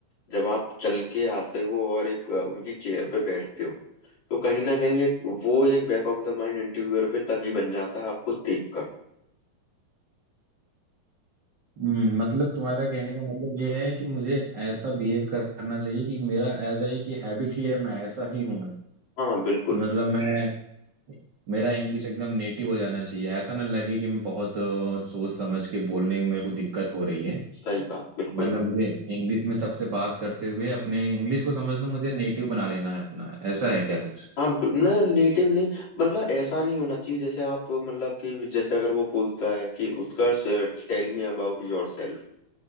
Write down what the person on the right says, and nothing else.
हम्म, मतलब तुम्हारा कहने का मतलब ये है कि मुझे ऐसा बिहेव करना चाहिए कि मेरा ऐसा ये कि हैबिट ही है मैं ऐसा ही हूं मैं कि
मतलब मैं मेरा इंग्लिश एकदम नेटिव हो जाना चाहिए ऐसा ना लगे कि मैं बहुत अ, सोच समझ के बोलने में मेरे को दिक्कत हो रही है
मतलब
मुझे इंग्लिश में सबसे बात करते हुए अपने इंग्लिश को समझ लो मुझे नेटिव बना लेना है अपना ऐसा है क्या कुछ